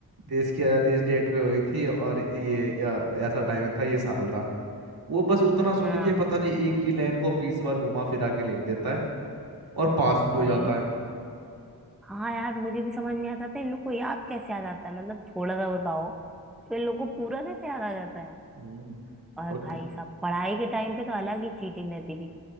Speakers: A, on the right; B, in the centre.
A: देश की आज़ादी इस डेट पे हुई थी और ये या, ऐसा टाइम था ये साल था वो बस उतना सुन
B: हाँ
A: के पता नहीं एक ही लाइन को बीस बार घुमा फिरा के लिख देता है और पास भी
B: वही
A: हो जाता है
B: हाँ यार मुझे भी समझ नहीं आता था इन लोग को याद कैसे आ जाता है मतलब थोड़ा सा बताओ तो इन लोग को पूरा कैसे याद आ जाता है
A: हम्म,
B: और
A: और
B: भाई
A: क-
B: साहब पढ़ाई के टाइम पे तो अलग ही चीटिंग रहती थी